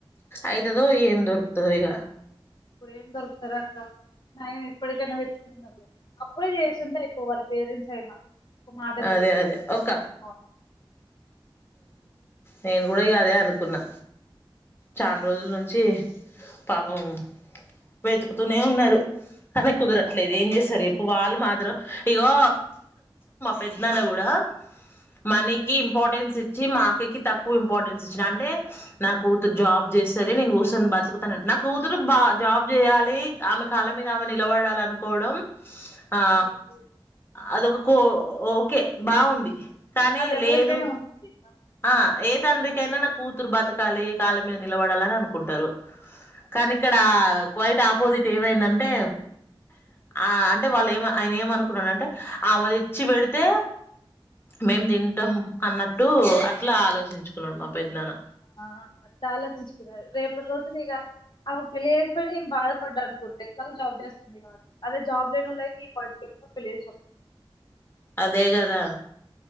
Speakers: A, on the left; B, on the left.
A: అవుతుదో ఏం దొరుకుతుందో ఇక
B: ఇప్పుడు ఏం దొరుకుతారు అక్క నయం ఇప్పటికైనా వెతున్న అప్పుడే చేస్తుంటే అయిపో వాళ్ళ పేరెంట్స్ అయినా ఒక మాట
A: అదే
B: చెప్పి
A: అదే
B: ఇంకా
A: ఒక్క
B: చేసుకోవాలి
A: నేను కూడా ఇక అదే అనుకున్నా చాలా రోజుల నుంచి పాపం వెతుకుతూనే ఉన్నారు కానీ కుదరట్లేదు ఏం చేశారు ఎప్పుడు వాళ్ళు మాత్రం ఇగో పెద్దన్న కూడా మనీకి ఇంపార్టెన్స్ ఇచ్చి మా అక్కకి తక్కువ ఇంపార్టెన్స్ ఇచ్చి అంటే నా కూతురు జాబ్ చేస్తేది నేను కూర్చొని బతుకుతాను నా కూతురు బా జాబ్ చేయాలి ఆమె కళ్ాల మీద ఆమె నిలబడాలి అనుకోవడం ఆ
B: అది
A: అదక కో ఓకే బాగుంది కానీ
B: అది ఎవరికైనా
A: లేదు
B: ఉంటుంది
A: ఆ ఏ తండ్రిికైనా నాకు కూతురు బతకాలి కాళ్ళ మీద నిలబడాలని అనుకుంటారు కానీ ఇక్కడ క్వైట్ ఆపోజిట్ ఏమైందంటే ఆ అంటే వాళ్ళు ఏమ ఆయన ఏమనుకున్నాను అంటే ఆమెది వచ్చి పెడితే మేము తింటాం అన్నట్టు అట్లా ఆలోచించుకున్నాడు మా పెద్నాన్న
B: ఆ చాలాచించుకున్నారు రేపటి రోజున ఇక ఆకు పెళ్లియకపోయినా ఏం బాధపడ్డా అనుకుంటే ఎట్లా జాబ్ చేస్తుంది కాబట్టి అదే జాబ్ లేని అయితే ఈ పాలిటీకి ఎప్పుడ పెళ్లిేసింది
A: అదే కదా